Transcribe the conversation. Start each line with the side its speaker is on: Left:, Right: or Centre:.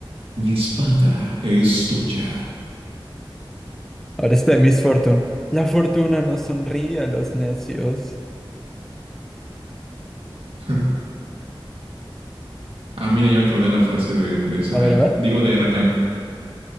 Right: Mi espada es tuya.
Centre: Ahora está de Miss Fortune. La fortuna no sonríe a los necios.
Right: <laughs> Ah, mira, ya me acordé la frase de, de Israel.
Centre: A ver, a ver.
Right: Digo,
Centre: <laughs>
Right: de Rakan.